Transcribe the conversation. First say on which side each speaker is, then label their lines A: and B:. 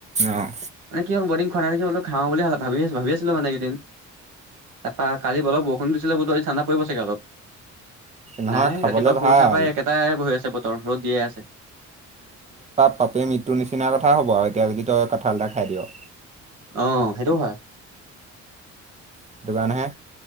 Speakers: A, on the right (about 25°); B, on the right (about 90°).
A: অ'
B: মানে কি হল <unintelligible> খোৱা নাই দেখি বোলা খাওঁ বুলি ভাবি - ভাবি আছিলো মানে এইকেদিন। তাৰপা কালি অলপ বৰষুণ দিছিলে বোলো ঠাণ্ডা পৰিব চাগে অলপ।
A: নহয়
B: নাই
A: খাবলে
B: ৰাতিপুৱা শুই
A: ভাল।
B: উঠা পৰাই একেটাই হয় আছে বতৰ ৰ'দ দিয়ে আছে।
A: পাপে মৃত্যু নিচিনা কথা হ'ব আৰু এতিয়া যদি তই কঁঠাল এটা খাই দিয়। অ'
B: অ', সেইটো হয়।
A: সেইটো কাৰণেহে